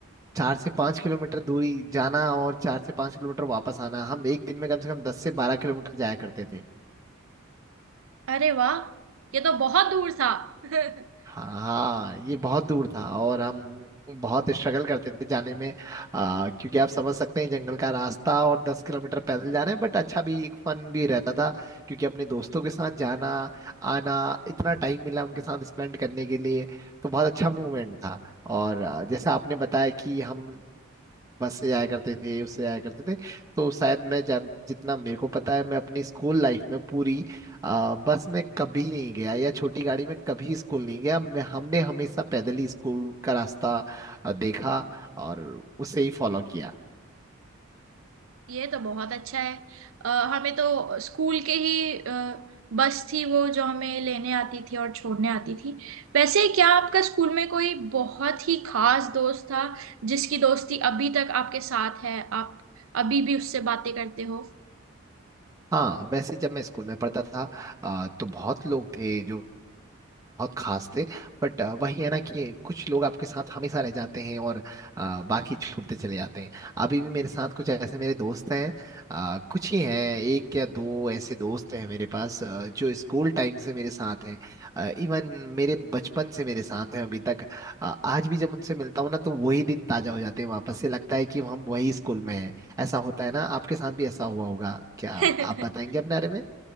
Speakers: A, on the right; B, on the right.
A: चार से पाँच किलोमीटर दूरी जाना और चार से पाँच किलोमीटर वापस आना हम एक दिन में कम से कम दस से बारह किलोमीटर जाया करते
B: अरे वाह ये तो बहुत दूर था <laughs>
A: हाँ ये बहुत दूर था और हम बहुत स्ट्रगल करते थे जाने में आ, क्योंकि आप समझ सकते हैं जंगल का रास्ता और दस किलोमीटर पैदल जाना है बट अच्छा भी एक फन भी रहता था क्योंकि अपने दोस्तों के साथ जाना आना इतना टाइम मिला उनके साथ स्पेंड करने के लिए तो बहुत अच्छा मोमेंट था और आ, जैसे आपने बताया कि हम बस से जाया करते थे उससे जाया करते थे तो शायद मैं जान जितना मेरे को पता है मैं अपनी स्कूल लाइफ में पूरी आ, बस में कभी नहीं गया या छोटी गाड़ी में कभी स्कूल नहीं गया मैं हमने हमेशा पैदल ही स्कूल का रास्ता आ, देखा और उसे ही फॉलो किया
B: ये तो बहुत अच्छा है अ, हमें तो स्कूल के ही अ, बस थी वो जो हमें लेने आती थी और छोड़ने आती थी वैसे क्या आपका स्कूल में कोई बहुत ही खास दोस्त था जिसकी दोस्ती अभी तक आपके साथ है आप अभी भी उससे बातें करते हो
A: हाँ वैसे जब मैं स्कूल में पढ़ता था आ, तो बहुत लोग थे जो बहुत खास थे बट वही है ना कि कुछ लोग आपके साथ हमेशा रह जाते हैं और अ, बाकी छूटते चले जाते हैं अभी भी मेरे साथ कुछ ऐसे मेरे दोस्त हैं अ, कुछ ही हैं एक या दो ऐसे दोस्त हैं मेरे पास अ, जो स्कूल टाइम से मेरे साथ हैं इवन मेरे बचपन से मेरे साथ हैं अभी तक अ, आज भी जब उनसे मिलता हूँ ना तो वही दिन ताजा हो जाते हैं वापस से लगता है कि हम वही स्कूल में हैं ऐसा होता है ना आपके साथ भी ऐसा हुआ होगा क्या
B: <laughs>
A: आप बताएंगे अपने बारे में